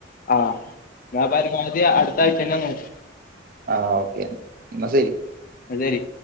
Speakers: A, on the left; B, on the right.
A: ആഹ് വ്യാപാര സമിതി അടു ത്തായിട്ടെന്നെ നോക്കു
B: ആഹ് ഓക്കെ ന്നാ ശരി
A: ന്ന ശരി